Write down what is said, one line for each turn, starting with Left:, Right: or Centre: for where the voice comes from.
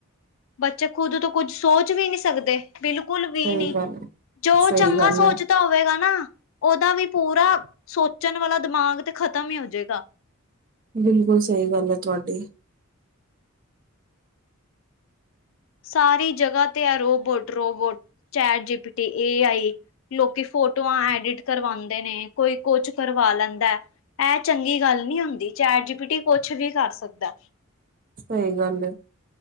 Left: ਬੱਚੇ ਖੁਦ ਤੋਂ ਕੁੱਝ ਸੋਚ ਵੀ ਨਹੀਂ ਸਕਦੇ, ਬਿਲਕੁਲ ਵੀ
Right: ਸਹੀ
Left: ਨਹੀਂ,
Right: ਗੱਲ
Left: ਜੋ
Right: ਸਹੀ
Left: ਚੰਗਾ
Right: ਗੱਲ
Left: ਸੋਚ
Right: ਆ
Left: ਹੋਵੇਗਾ ਨਾ ਉਹਦਾ ਵੀ ਪੂਰਾ ਸੋਚਣ ਵਾਲਾ ਦਿਮਾਗ ਤੇ ਖਤਮ ਹੀ ਹੋ ਜੇਗਾ
Right: ਬਿਲਕੁਲ ਸਹੀ ਗੱਲ ਐ ਤੁਹਾਡੀ
Left: ਸਾਰੀ ਜਗ੍ਹਾ ਤੇ ਆ ਰੋਬੋਟ-ਰੋਬੋਟ ਚੈਟ ਜੀ ਪੀ ਟੀ ਏ ਆਈ ਲੋਕੀ ਫੋਟੋਆਂ ਐਡਿਟ ਕਰਵਾਉਂਦੇ ਨੇ ਕੋਈ ਕੁੱਛ ਕਰਵਾ ਲੈਂਦਾ ਇਹ ਚੰਗੀ ਗੱਲ ਨਹੀਂ ਹੁੰਦੀ ਚੈਟ ਜੀ ਪੀ ਟੀ ਕੁਛ ਵੀ ਕਰ ਸਕਦਾ
Right: ਸਹੀ ਗੱਲ ਏ